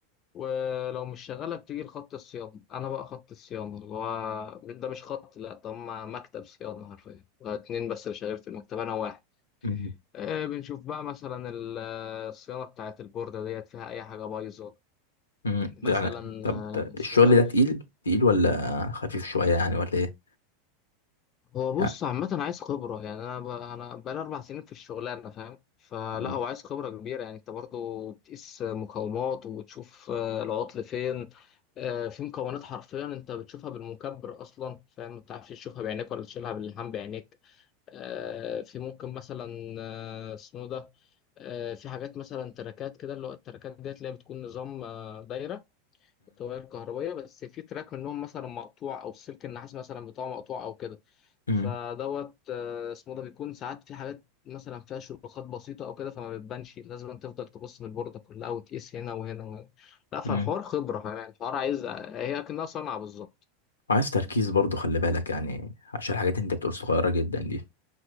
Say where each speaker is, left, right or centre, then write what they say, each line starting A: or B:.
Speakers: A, on the left; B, on the left.
A: ولو مش شغالة بتيجي لخط الصيانة أنا بقى خط الصيانة اللي هو ده مش خط لأ ده هما مكتب صيانة حرفيا اتنين بس اللي شغال في المكتب أنا واحد
B: امم
A: آه، بنشوف بقى مثلا ال- الصيانة بتاعت البوردة ديت فيها أي حاجة بايظة
B: أمم.
A: مثلا
B: يعني طب
A: آه،
B: الشغل
A: اسمه ده
B: ده تقيل تقيل ولا خفيف شويه يعني ولا ايه
A: هو بص
B: يعني-
A: عامة عايز خبرة يعني أنا ب... أنا بقالي أربع سنين في الشغلانة فاهم فلا
B: مم.
A: هو عايز خبرة كبيرة يعني أنت برضو بتقيس مقاومات وبتشوف آه، العطل فين آه، في مكونات حرفيا أنت بتشوفها بالمكبر أصلا فاهم ما بتعرفش تشوفها بعينيك ولا تشيلها باللحام بعينيك آه، في ممكن مثلا آه، اسمه ده آه، في حاجات مثلا تراكات كده اللي هو التراكات ديت اللي هي بتكون نظام آه، دايرة طوابير كهربية بس في تراك منهم مثلا مقطوع أو سلك النحاس مثلا بتاعه مقطوع أو كده
B: مم.
A: فدوت آه، اسمه ده بيكون ساعات في حاجات مثلا فيها شروخات بسيطة أو كده فما بتبانش لازم تفضل تبص من البوردة كلها وتقيس هنا وهنا وهنا. لا فالحوار
B: مم.
A: خبرة يعني الحوار عايز هي أكنها صنعة بالظبط
B: وعايز تركيز برضو خلي بالك يعني عشان الحاجات اللي انت بتقول صغيرة جدا دي